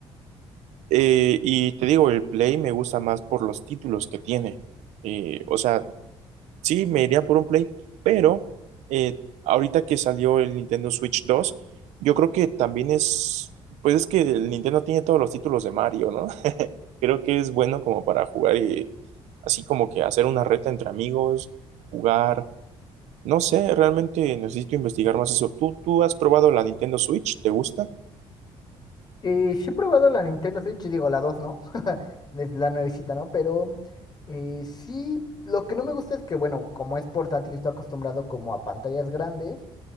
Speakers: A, on the right (about 85°); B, on the left (about 40°).
A: eh, y te digo, el Play me gusta más por los títulos que tiene. Eh, o sea, sí, me iría por un Play, pero eh, ahorita que salió el Nintendo Switch 2, yo creo que también es, pues es que el Nintendo tiene todos los títulos de Mario, ¿no? Creo que es bueno como para jugar y así como que hacer una reta entre amigos, jugar. No sé, realmente necesito investigar más eso. ¿Tú, tú has probado la Nintendo Switch? ¿Te gusta?
B: Eh, sí he probado la Nintendo Switch, digo, la 2, ¿no? <laughs> Es la nuevecita, ¿no? Pero eh, sí, lo que no me gusta es que, bueno, como es portátil, estoy acostumbrado como a pantallas grandes,